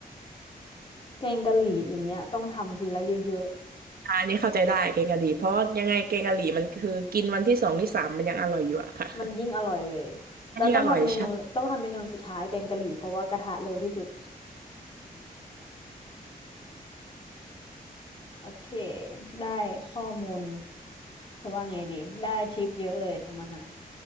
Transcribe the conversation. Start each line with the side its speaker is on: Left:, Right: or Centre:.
Left: แกงกะหรี่อย่างเงี้ยต้องทำทีละเยอะ
Right: อะอันนี้เข้าใจได้แกงกะหรี่เพราะว่ายังไงแกงกะหรี่มันคือกินวันที่สองที่สามมันยังอร่อยอยู่อะค่ะ
Left: มันยิ่งอร่อยเลย
Right: มันงอร่อยใช่
Left: แล้วต้องทำเมนูต้องทำเมนูสุดท้ายแกงกะหรี่เพราะว่ากระทะเลยที่สุดโอเคได้ข้อมูลจะว่าไงดีได้ทิปเยอะเลยทำอาหาร